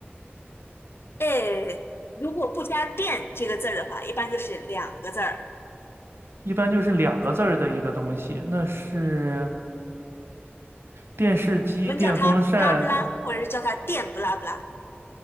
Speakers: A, on the left (about 65°); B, on the right (about 65°).
A: 哎，如果不加“殿”这个字儿的话，一般就是两个字儿，
B: 一般就是两个字儿的一个东西，那是
A: 嗯，
B: 电视机、
A: 我们叫它“不拉不拉”，
B: 电风扇。
A: 或者是叫它“殿不拉不拉”，